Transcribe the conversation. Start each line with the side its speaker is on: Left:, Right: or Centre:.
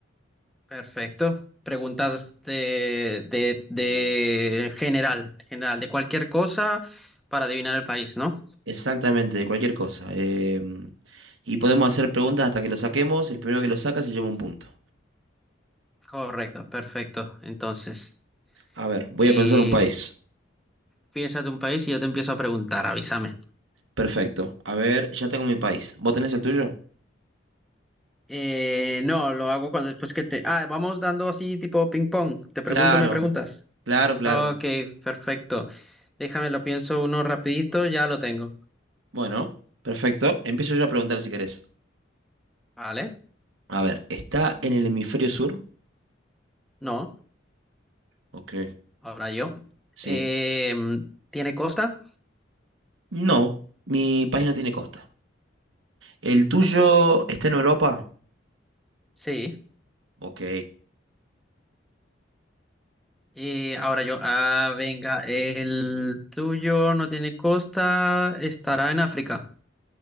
Centre: perfecto. Preguntas de, de, de general, general, de cualquier cosa para adivinar el país, ¿no?
Right: Exactamente, de cualquier cosa. em, y podemos hacer preguntas hasta que lo saquemos. El primero que lo saca se lleva un punto.
Centre: Correcto, perfecto. Entonces,
Right: A ver, voy
Centre: ¿qué
Right: a pensar un país.
Centre: piensas de un país? Y yo te empiezo a preguntar, avísame.
Right: Perfecto. A ver, ya tengo mi país. ¿Vos tenés el tuyo?
Centre: Eh, no, lo hago cuando después que te... Ah, vamos dando así tipo ping pong. Te pregunto,
Right: Claro,
Centre: me preguntas.
Right: claro, claro.
Centre: Ok, perfecto. Déjame, lo pienso uno rapidito, ya lo tengo.
Right: Bueno, perfecto. Empiezo yo a preguntar si querés.
Centre: Vale,
Right: A ver, ¿está en el hemisferio sur?
Centre: no.
Right: Ok,
Centre: Ahora yo.
Right: sí.
Centre: Eh, ¿tiene costa?
Right: No, mi país no tiene costa. ¿El tuyo
Centre: Vale.
Right: está en Europa?
Centre: Sí.
Right: Ok.
Centre: Y ahora yo. Ah, venga. El tuyo no tiene costa. ¿Estará en África?